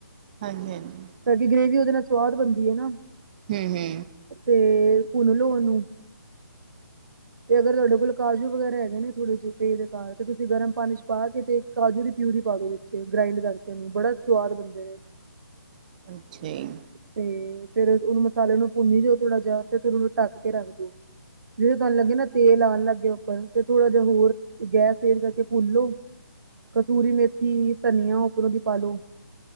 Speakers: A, on the right (about 25°); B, on the right (about 65°).
A: ਹਾਂਜੀ-ਹਾਂਜੀ
B: ਤਾਂ ਕੀ ਗ੍ਰੇਵੀ ਉਹਦੇ ਨਾਲ ਸਵਾਦ ਬਣਦੀ ਏ ਨਾ।
A: ਹੂੰ-ਹੂੰ
B: ਤੇ ਭੁੰਨ ਲੋ ਉਨੂੰ ਤੇ ਅਗਰ ਤੁਹਾਡੇ ਕੋਲ ਕਾਜੂ ਵਗੈਰਾ ਹੈ। ਨੇ ਥੋੜੇ ਜਿਹੇ ਪੇ ਦੇ ਕਾਰ ਤੇ ਤੁਸੀਂ ਗਰਮ ਪਾਣੀ ਵਿੱਚ ਪਾ ਕੇ ਤੇ ਕਾਜੂ ਦੀ ਪਿਊਰੀ ਪਾ ਦੋ ਵਿਚ ਤੇ ਗ੍ਰਾਈੰਡ ਕਰਕੇ ਉਹਨੂੰ ਬੜਾ ਸਵਾਦ ਬਣਦੇ ਨੇ।
A: ਅੱਛਾ ਜੀ,
B: ਤੇ ਫਿਰ ਉਹਨੂੰ ਮਸਾਲੇ ਨੂੰ ਭੁੰਨੀ ਜਾਓ ਥੋੜਾ ਜਿਹਾ ਫਿਰ ਉਹਨੂੰ ਢੱਕ ਕੇ ਰੱਖ ਦਿਉ। ਜਿਹੜੇ ਤੁਹਾਨੂੰ ਲੱਗੇ ਨਾ ਤੇਲ ਆਉਣ ਲੱਗੇ ਉੱਪਰ ਤੇ ਥੋੜ੍ਹਾ ਜਿਹਾ ਹੋਰ ਤੇ ਗੈਸ ਤੇਜ ਕਰਕੇ ਭੁੰਨ ਲੋ ਕਸੂਰੀ ਮੇਥੀ ਧਨੀਆ ਉਪਰੋ ਦੀ ਪਾਲੋ